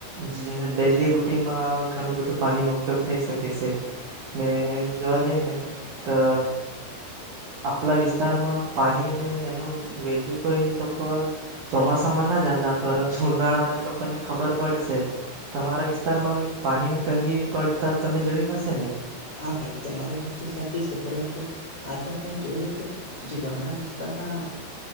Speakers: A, on the right; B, on the left.
A: જી ડેલી રૂટીનમાં ઘનુ બધું પાનીનો ઉપયોગ થઈ શક એ સે ને એમ જોવા જઈ ને તો આપલા વિસ્તારમાં પાનીને એનું વેલ્યુ કોઈ લોકો ચોમાસામાં ના જાનતા પરંતુ ઉનાળામાં એ લોકોને ખબર પડશે. તમારા વિસ્તારમાં એવી પાનીની તંગી પડતા તમે જોયું હશે ને.
B: હા, ભાઈ તમારી વાત તો સાચી સે, પરંતુ આજે આપણે જોઈએ તો જે ગામડા વિસ્તારના